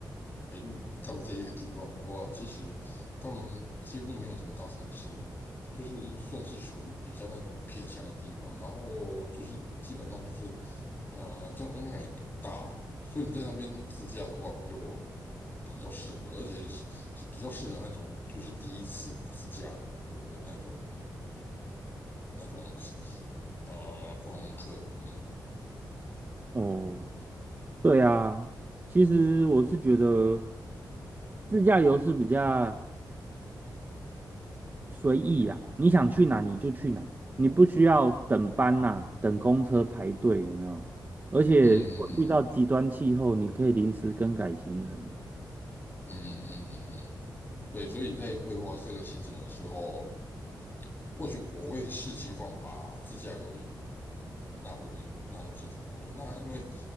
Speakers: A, on the left; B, on the right.
A: 北路他们这一个地方的话，其实他们几乎没有什么大城市，就是算是属于比较那种偏乡的地方。然后就是基本上就是呃，交通量也不大，所以你在那边自驾的话就比较适合，而且是是比较适合那种就是第一次自驾游的那种。那种呃观光客，嗯
B: 哦，对啊，其实我是觉得自驾游是比较随意啦，你想去哪你就去哪，你不需要等班呐、等公车排队，有没有？而且如果遇到极端气候，
A: 嗯嗯
B: 你可以临时更改行程。
A: 嗯嗯嗯，嗯对，所以在规划这个行程的时候，或许我会视情况把自驾游也纳入纳入行程当中。那因为